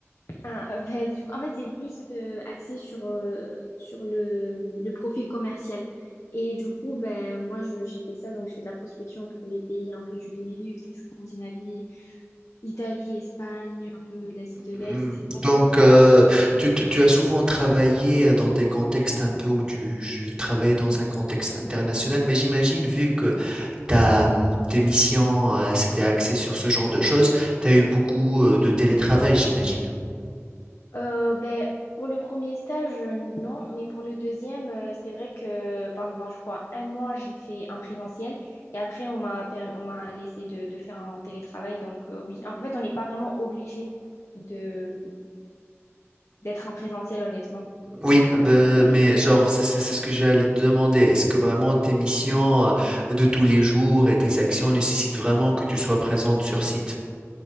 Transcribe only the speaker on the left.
Ah, ben, du coup, en fait, c'est plus euh, axé sur, euh, sur le, le profil commercial. Et du coup, ben, moi, je- j'ai fait ça, donc je fais de la prospection pour les pays un peu du Benelux, la Scandinavie, Italie, Espagne, un peu l'Asie de l'Est.
Donc,
c'était-
Euh, ben, pour le premier stage, euh, non, mais pour le deuxième, euh, c'est vrai que pendant, je crois, un mois, j'ai fait un présentiel et après, on m'a per- on m'a laissé de, de faire un télétravail. Donc, euh, oui, en fait, on n'est pas vraiment obligé de d'être en présentiel, honnêtement.
Euh, oui.